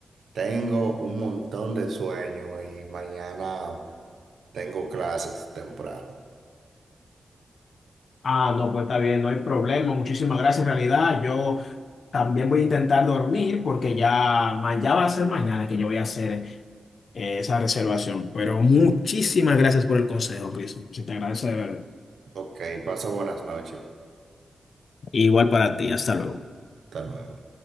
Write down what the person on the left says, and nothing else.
Ah, no, pues está bien, no hay problema. Muchísimas gracias, en realidad. Yo también voy a intentar dormir porque ya, ma- ya va a ser mañana que yo voy a hacer eh, esa reservación. Pero muchísimas gracias por el consejo, Chris. Se te agradece de verdad.
Igual para ti. Hasta luego.